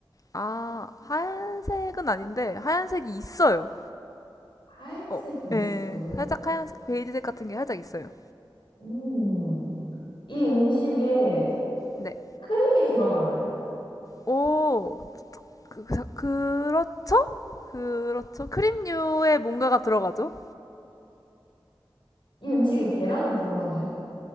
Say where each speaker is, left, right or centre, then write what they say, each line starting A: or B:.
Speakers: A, on the left; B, on the left.
A: 아, 하얀색은 아닌데 하얀색이 있어요.
B: 하얀색이
A: 어, 예.
B: 있어요.
A: 살짝 하얀색, 베이지색 같은 게 살짝 있어요.
B: 음, 이 음식에
A: 네.
B: 크림이 들어가나요?
A: 오, 그, 그- 그렇죠? 그렇죠. 크림류에 뭔가가 들어가죠?
B: 이 음식에 계란이 들어가나요?